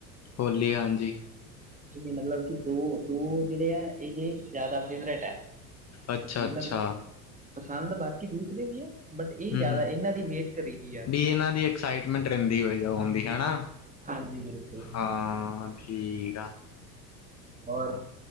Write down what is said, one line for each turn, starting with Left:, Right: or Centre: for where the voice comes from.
Left: ਹੋਲੀ ਹਾਂਜੀ
Right: ਇਹ ਮਤਲਬ ਕਿ ਦੋ ਦੋ ਜਿਹੜੇ ਆ ਇਹ ਜ ਜ਼ਿਆਦਾ ਫੇਵਰੇਟ ਹੈ
Left: ਅੱਛਾ
Right: ਤੇ
Left: ਅੱਛਾ
Right: ਮਤਲਬ ਪਸੰਦ ਬਾਕੀ ਦੂਸਰੇ ਵੀ ਹੈ ਬਟ ਇਹ
Left: ਹੂੰ
Right: ਜ਼ਿਆਦਾ
Left: ਹੂੰ
Right: ਇਹਨਾਂ ਦੀ ਵੇਟ ਕਰੇਗੀ ਆ
Left: ਵੀ ਇਹਨਾਂ ਦੀ ਇੱਕ ਐਕਸਾਈਟਮੈਂਟ ਰਹਿੰਦੀ ਹੋਈ ਹੁੰਦੀ ਹੈ ਨਾ
Right: ਹਾਂਜੀ ਬਿਲਕੁਲ
Left: ਹਾਂ ਠੀਕ ਆ
Right: ਹੋਰ